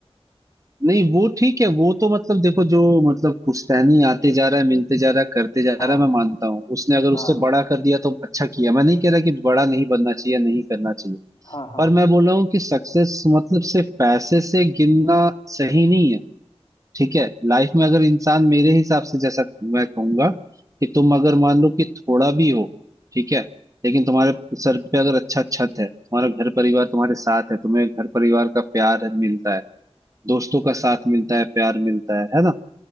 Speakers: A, on the right; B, on the left.
A: नहीं वो ठीक है वो तो मतलब देखो जो मतलब पुश्तैनी आते जा रहा है मिलते जा रहा है करते जा रहा
B: हाँ
A: है मैं मानता हूँ उसने अगर
B: हाँ
A: उससे बड़ा कर दिया तो अच्छा किया मैं नहीं कह रहा कि बड़ा नहीं बनना चाहिए नहीं करना चाहिए
B: हाँ हाँ
A: पर मैं बोल रहा हूँ कि सक्सेस मतलब सिर्फ पैसे से गिनना सही नहीं है ठीक है लाइफ में अगर इंसान मेरे हिसाब से जैसा मैं कहूंगा कि तुम अगर मान लो कि थोड़ा भी हो ठीक है लेकिन तुम्हारे सर पे अगर अच्छा छत है तुम्हारा घर परिवार तुम्हारे साथ है तुम्हें घर परिवार का प्यार है मिलता है दोस्तों का साथ मिलता है प्यार मिलता है है ना